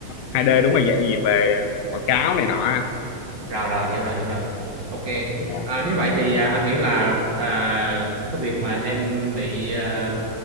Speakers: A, on the left (about 85°); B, on the right (about 45°).
A: 2D đúng rồi vậy về quảng cáo này nọ anh.
B: rồi rồi hiểu rồi hiểu rồi ok
A: dạ
B: à, nếu vậy thì à, anh nghĩ là à, cái việc mà em bị à,